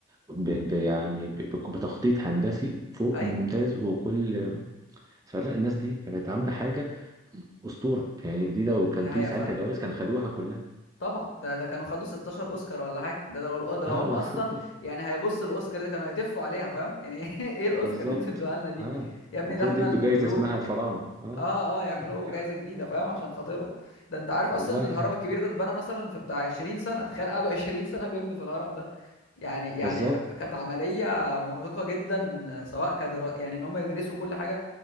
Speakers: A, on the right; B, on the left.
A: ب ب يعني ب ب- بتخطيط هندسي فوق
B: ايوه
A: الممتاز وكل فلا الناس دي كانت عاملة حاجة أسطورة يعني دي لو كان
B: دي
A: في
B: حقيقة
A: ساعتها
B: فعلا
A: جوائز كان خدوها كلها
B: طبعا ده, ده كانوا خدوا 16 اوسكار ولا حاجه ده ده لو, ده لو
A: اه
B: هم اصلا
A: <laughs>
B: يعني هيبصوا الاوسكار دي كانوا هيتفوا عليها فاهم يعني <laughs> ايه الاوسكار
A: بالظبط
B: اللي انتوا ادوها لنا دي
A: اه
B: يا ابني
A: المفروض
B: ده احنا
A: يدوا
B: الملوك
A: جايزة اسمها الفراعنة اه
B: اه اه يعملوا
A: يعني
B: جايزه
A: آه،
B: جديده فاهم عشان خاطرهم ده انت عارف اصلا
A: والله
B: ان الهرم الكبير ده اتبنى مثلا في بتاع 20 سنه تخيل قعدوا 20 سنه بيبنوا في الهرم ده يعني
A: بالظبط
B: يعني كانت عمليه مرهقه جدا سواء كدرا يعني ان هم يدرسوا كل حاجه